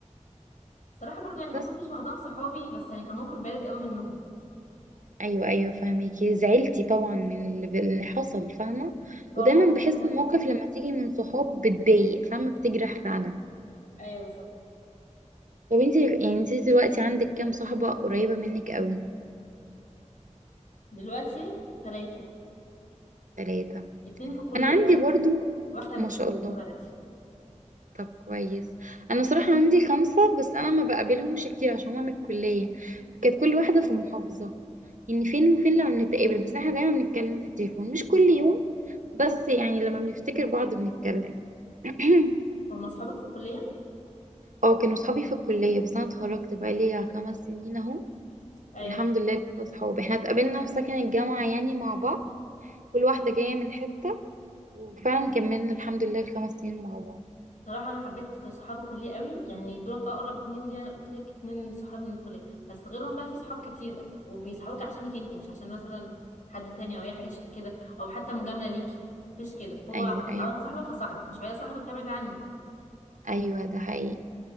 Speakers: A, on the left; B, on the right.
A: صراحة برضو يعني ما
B: بس
A: كنتش واخداهم صحابي بس يعني كان موقف بارد قوي منهم
B: ايوه ايوه فاهمكي زعلتي طبعا من اللي اللي حصل فاهمه
A: اه
B: ودايما
A: الموقف
B: بحس
A: ذات نفسه
B: المواقف لما تيجي من صحاب بتضايق فاهمه بتجرح فعلا
A: ايوه بالظبط
B: طب انت يعني انت دلوقتي عندك كام صاحبه قريبه منك قوي
A: دلوقتي ثلاثة
B: ثلاثه
A: اتنين في الكلية
B: انا عندي برضو
A: واحدة
B: ما شاء الله
A: في بلدي
B: طب كويس انا صراحة عندي خمسة بس انا ما بقابلهمش كتير عشان هما من الكلية كانت كل واحدة في محافظة يعني فين وفين لما بنتقابل بس احنا دايما بنتكلم في التليفون مش كل يوم بس يعني لما بنفتكر بعض بنتكلم <clears throat>
A: هما اصحابك في الكلية
B: اه كانوا صحابي في الكلية بس انا اتخرجت بقى ليا خمس سنين اهو
A: ايوه
B: والحمد لله لسه صحاب احنا اتقابلنا في سكن الجامعة يعني مع بعض كل واحدة جاية من حتة وفعلا كملنا الحمد لله الخمس سنين مع بعض
A: صراحة أنا حبيت صحاب الكلية قوي يعني دولت أقرب اتنين ليا أنا قلت لك اتنين صحاب من الكلية بس غيرهم بقى في صحاب كتير بقى وبيصحبوك عشانك انتي مش عشان مثلا حد تاني أو أي حاجة شكل كده أو حتى مجاملة ليكي مفيش كده هو
B: ايوه ايوه
A: عاوز صاحبك هصاحبك مش عايز صاحبك هبعد عني
B: ايوه ده حقيقي